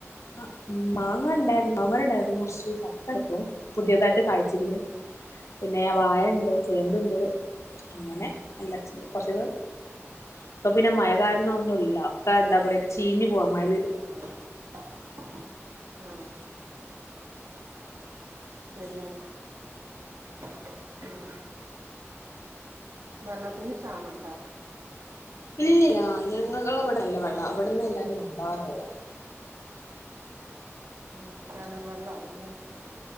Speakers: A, on the left; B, on the right.
A: ആ മാങ്ങ ഉണ്ടാര്ന്ന് മാങ്ങണ്ടായിരുന്നു കുറച്ച് ചക്ക എടുത്തു പുതിയതായിട്ട് കാഴ്ചിക്ക്ണ് പിന്നെ വാഴണ്ട് ചേമ്പ്ണ്ട്
B: ആഹ്
A: അങ്ങനെ അല്ലറ ചില്ലറ
B: ആഹ്
A: കുറച്ച ഇപ്പൊ പിന്നെ മഴ കാരണോന്നുല്ല
B: അത്
A: ഒക്കെ എന്താ പറയാ ചീഞ്ഞ് പോവാ മഴ
B: ആഹ്ആഹ് ശെരിയാണ് മ ഉം വള്ളത്തിന് ക്ഷാമണ്ടോ?
A: ഇല്ലില്ല ഞങ്ങള്ത് അവിടെല്ല വെള്ള ഇവിട്ന്ന് എല്ലാരും കൊണ്ടാവാറ്ള്ളു
B: ആ കെണർ വെള്ളാവും ലേ